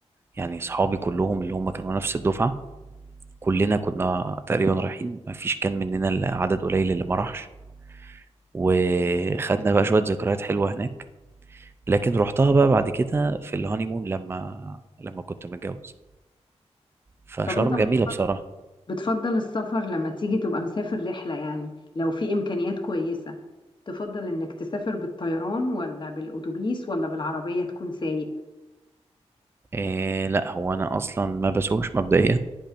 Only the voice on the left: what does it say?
طب أنت بتفضل
بتفضل السفر لما تيجي تبقى مسافر رحلة يعني لو في إمكانيات كويسة تفضل إنك تسافر بالطيران ولا بالأتوبيس ولا بالعربية تكون سايق؟